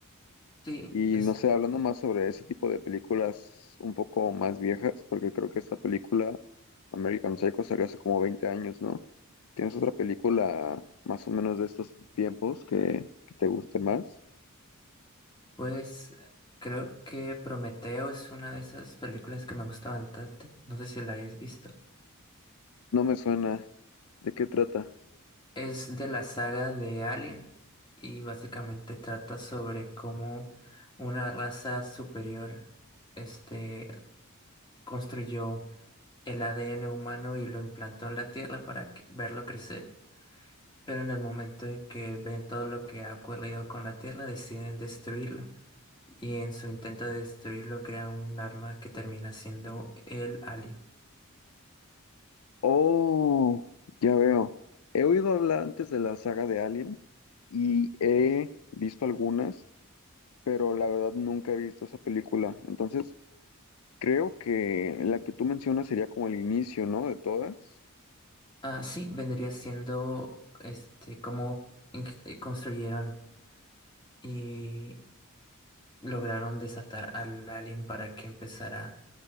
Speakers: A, on the left; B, on the left.
A: Sí,
B: Y
A: es,
B: no sé, hablando más sobre ese tipo de películas un poco más viejas, porque creo que esta película, American Psycho, salió hace como 20 años, ¿no? ¿Tienes otra película más o menos de estos tiempos que, que te guste más?
A: pues, creo que Prometeo es una de esas películas que me gusta bastante, no sé si la hayas visto.
B: No me suena. ¿De qué trata?
A: Es de la saga de Alien y básicamente trata sobre cómo una raza superior, este, construyó el ADN humano y lo implantó en la Tierra para que- verlo crecer. Pero en el momento en que ven todo lo que ha ocurrido con la Tierra, deciden destruirlo. Y en su intento de destruirlo, crean un arma que termina siendo el alien.
B: Oh, ya veo. He oído hablar antes de la saga de Alien y he visto algunas, pero la verdad nunca he visto esa película. Entonces, creo que la que tú mencionas sería como el inicio, ¿no? De todas.
A: Ah, sí, vendría siendo este cómo ing- eh, construyeron y lograron desatar al alien para que empezara